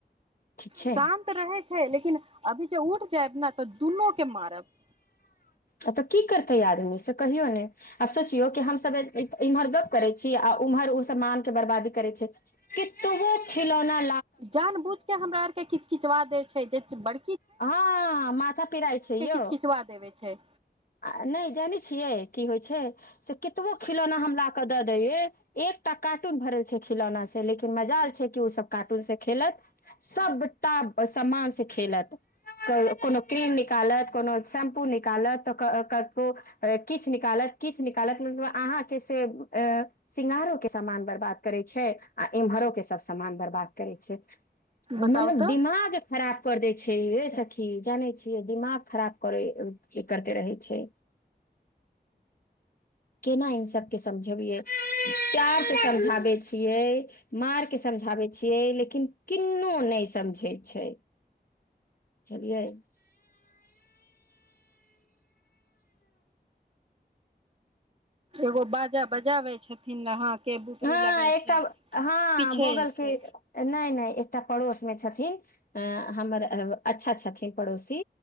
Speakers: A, on the left; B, on the right.
A: ठीक छै
B: शान्त रहै छै लेकिन अभी जे उठ। जायब न तऽ दुनू के मारब।
A: तऽ की करतै आदमी से कहियौ ने आब सोचियौ हमसभ इमर गप करै छी आ उमहर ओ सब मान के बर्बादी करै छै केतबो खेलौना
B: जान बूझ के हमरा आरके किच किचवा दै छै जे बड़
A: हाँ माथा पिराए छैयौ,
B: किचकिचवा देवे छै
A: अ नै जानै छियै की होय छै से कितबो खिलौना हम ला के दऽ दैे एकटा कार्टून भरल छै खिलौना से, लेकिन मजाल छै कि उ सब कार्टून से खेलत, सबटा समान से खेलत। कै कोनो क्रीम निकालत, कोनो शैम्पू निकालत तऽ क कतबो अ किछ निकालत, किछ निकालत, मतलब अहाँ के से ए सिंगारो के समान बर्बाद करै छै आ इम्हरो के सब समान बर्बाद करै छै। मतलब
B: बताउ तऽ
A: दिमाग खराब कर दै छै। हे हे ए सखी जानै छिय दिमाग खराब करे करते रहे छै। केना इ सभके समझबियै प्यारसे समझाबै छियै मारके समझाबै छियै लेकिन किन्ननो नहि समझै छै बुझलियै।
B: एगो बाजा बजाबै छै। थी न हाथ के बुतरू
A: हाँ
B: लगै
A: एकटा हाँ
B: पीछे
A: बगल
B: से
A: के नै नै। त पड़ोस मे छथि, एं हमर अब अच्छा छथिन पड़ोसी।